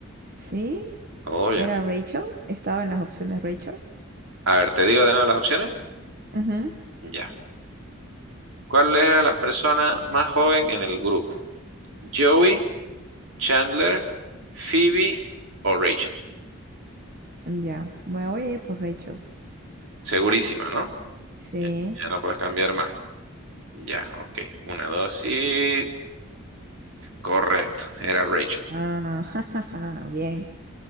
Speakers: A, on the right (about 45°); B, on the right (about 70°).
A: ¿Sí?
B: Obvio.
A: ¿Era Rachel? Estaba en las opciones Rachel.
B: A ver, ¿te digo de nuevo las opciones?
A: Ujú,
B: Ya. ¿Cuál era la persona más joven en el grupo? ¿Joey, Chandler, Phoebe o Rachel?
A: Ya, me voy a ir por Rachel.
B: Segurísima, ¿no?
A: Sí.
B: Ya, ya no puedes cambiar más. Ya, ok. Una, dos y... Correcto, era Rachel.
A: Ah, <laughs> jajaja, Bien,